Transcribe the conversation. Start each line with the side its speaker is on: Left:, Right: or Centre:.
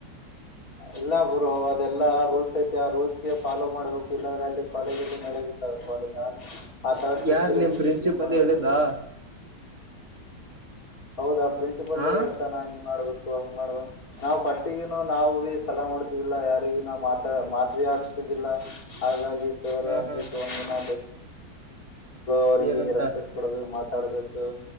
Left: ಇಲ್ಲ ಬ್ರೋ ಅದೆಲ್ಲಾ ರೂಲ್ಸ್ ಐತಿ ಆ ರೂಲ್ಸ್ ಫಾಲೋ ಮಾಡ್ಬೇಕು ಇಲ್ಲಾರ ಅಲ್ಲಿ ಕಾಲೇಜಲ್ಲಿ ನಡೆಯೋದಿಲ್ಲ ಕಾಲೇಜ್ ಆ ತರ ಸಿಕ್ಕಿದರ್
Right: ಯಾರ್ ನಿಮ್ ಪ್ರಿನ್ಸಿಪಲ್
Left: ಏನ್ ಮಾಡಬೇಕಲ್ಲಿ
Right: ಹೇಳಿದ್ದಾ
Left: ಹೌದಾ ಪ್ರಿನ್ಸಿಪಲ್
Right: ಹಾ
Left: ಹೇಳ್ತಾನ ಹಿಂಗ್ ಮಾಡ್ಬೇಕು ಹಂಗ ಮಾಡ್ಬ ನಾವು ಪೇಸ್ಟಿಗಿಂಟ್ ನಾವುಬಿ ಸಲಾಮ್ ಮಾಡ್ತಿದ್ದಿಲ್ಲ ಯಾರಿಗ ನಾ ಮಾತ ಮಾದವಿ ಆಡ್ತಿದ್ದಿಲ್ಲ ಹಾಗಾಗಿ ಸರ್
Right: ಹಾ
Left: ಹಂಗಿದರ
Right: ಹಾ
Left: ಅವರಿಗೆ
Right: ಏನಂತ
Left: ರೆಸ್ಪೆಕ್ಟ್ ಕೊಡಬೇಕ ಹಡ್ಬೇಕು